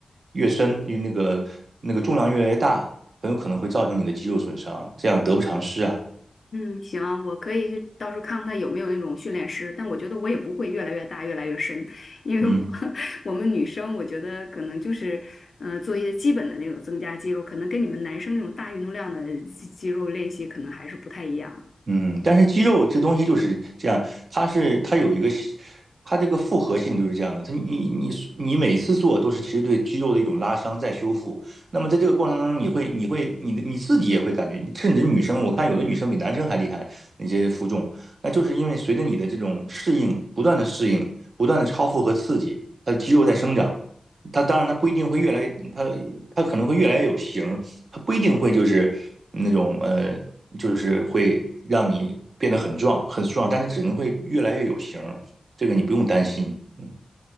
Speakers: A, on the right; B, on the left.
A: 越深，因为那个那个重量越来越大，很有可能会造成你的肌肉损伤，这样得不偿失啊。
B: 嗯，行，我可以去到时候看看他有没有那种训练师，但我觉得我也不会越来越大、越来越深，因为我
A: 嗯。
B: <laughs> 我们女生，我觉得可能就是，呃，做一些基本的那种增加肌肉，可能跟你们男生那种大运动量的肌肌肉练习可能还是不太一样。
A: 嗯，但是肌肉这东西就是这样，它是它有一个它这个复合性就是这样的。它你你你每次做都是其实对肌肉的一种拉伤再修复。那么在这个过程当中，你会你会你的你自己也会感觉，甚至女生，我看有的女生比男生还厉害，那些负重，那就是因为随着你的这种适应，不断的适应，不断的超负荷刺激，它的肌肉在生长。它当然它不一定会越来越，它它可能会越来越有型儿，它不一定会就是那种呃，就是会让你变得很壮很壮，但是只能会越来越有型儿，这个你不用担心。嗯，